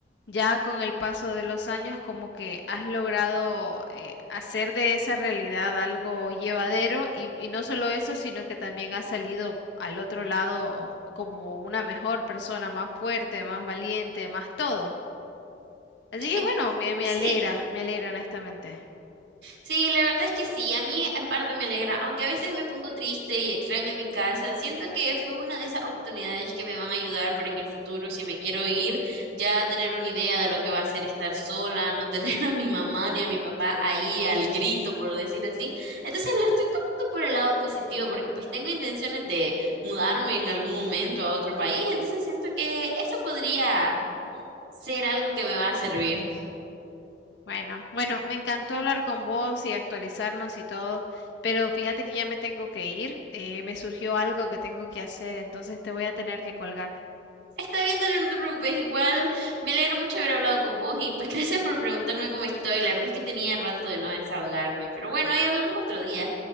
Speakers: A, on the left; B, on the right.
A: ya con el paso de los años como que has logrado eh, hacer de esa realidad algo llevadero y, y no solo eso, sino que también has salido al otro lado como una mejor persona, más fuerte, más valiente, más todo. Así que
B: Ex-
A: bueno, me, me
B: Sí,
A: alegra, me alegra honestamente.
B: Sí, la verdad es que sí, a mí en parte me alegra, aunque a veces me pongo triste y extraño mi casa, siento que fue una de esas oportunidades que me van a ayudar para en el futuro, si me quiero ir, ya tener una idea de lo que va a ser estar sola, no tener <laughs> a mi mamá ni a mi papá ahí al grito, por decir así. Entonces lo estoy tomando por el lado positivo, porque pues tengo intenciones de mudarme en algún momento a otro país, entonces siento que eso podría ser algo que me va a servir.
A: Bueno, bueno, me encantó hablar con vos y actualizarnos y todo, pero fíjate que ya me tengo que ir, eh, me surgió algo que tengo que hacer, entonces te voy a tener que colgar.
B: Está bien, dale, no te preocupes. Igual me alegro mucho haber hablado con vos y pues <laughs> gracias por preguntarme cómo estoy. La verdad es que tenía rato de no desahogarme, pero bueno, ahí hablamos otro día.